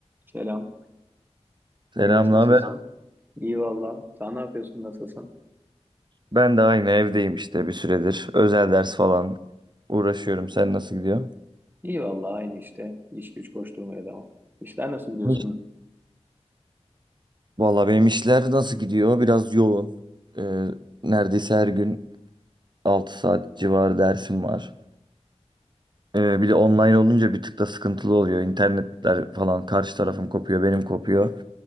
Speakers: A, on the right; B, on the right.
A: Selam.
B: Selam,
A: Miraç nasılsın?
B: naber?
A: İyi valla. Sen ne yapıyorsun? Nasılsın?
B: Ben de aynı evdeyim işte bir süredir. Özel ders falan uğraşıyorum. Sen nasıl gidiyor?
A: İyi valla aynı işte. İş güç koşturmaya devam. İşler nasıl gidiyor senin?
B: Hiç. Vallahi benim işler nasıl gidiyor? Biraz yoğun. Ee, neredeyse her gün 6 saat civarı dersim var. Ee, bir de online olunca bir tık da sıkıntılı oluyor. İnternetler falan karşı tarafın kopuyor, benim kopuyor.